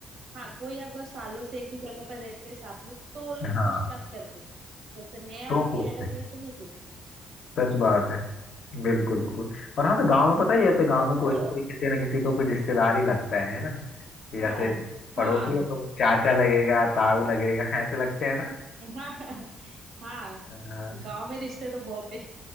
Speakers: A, on the right; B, on the left.
A: हाँ कोई अगर सालों से एक ही जगह पर रहते हैं साथ में तो वो लोग
B: हाँ
A: पूछताछ करते हैं। जैसे नए
B: तो
A: आके
B: पूछते
A: ऐड हो गए तो नहीं पूछते हम्म
B: हैं सच बात है बिल्कुल बिल्कुल और हाँ तो गांव में पता ही है तो गांव
A: और
B: में
A: बताओ
B: कोई ना कोई किसी ना किसी को कोई रिश्तेदार ही लगता है है ना जैसे
A: हाँ हाँ
B: पड़ोसी
A: हाँ
B: है तो वो चाचा लगेगा ताऊ लगेगा <laughs> ऐसे लगते हैं ना
A: हाँ <laughs> हाँ
B: हाँ।
A: गांव में रिश्ते तो बहुत है